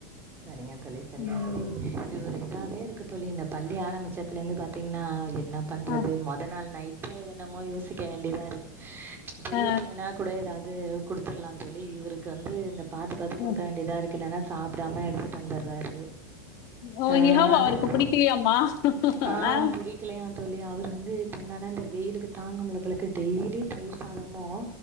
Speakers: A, on the right (about 25°); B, on the left (about 45°).
A: சரிங்க தோழி சரிங்க
B: ம்
A: தோழி இதுவொரு இ தாவே இருக்கு தோழி இந்த பள்ளி ஆரம்பிச்சதுல இருந்து பாத்தீங்கன்னா என்ன பண்றது
B: ஆ
A: மொதல் நாள் நை <unintelligible> என்னமோ யோசிக்க வேண்டியதா இருக்கு பெரிய
B: ஆ
A: பிள்ளைனா கூட ஏதாவது கொடுத்துடலாம் தோழி இவருக்கு வந்து இந்த பாத்து பாத்து கொடுக்க
B: ஆ
A: வேண்டியதா இருக்கு இல்லனா சாப்பிடாம எடுத்துட்டு வந்துடுறாரு
B: ஓ
A: ஆ
B: இஹாவா அவருக்கு பிடிக்கலையாமா
A: ஆம்
B: ஆ
A: புடிக்கலயா தோழி அவர் வந்து இப்ப என்ன இந்த வெயிலுக்கு தாங்க முடில பளுக்கு டெய்லி தயிர் சாதமும்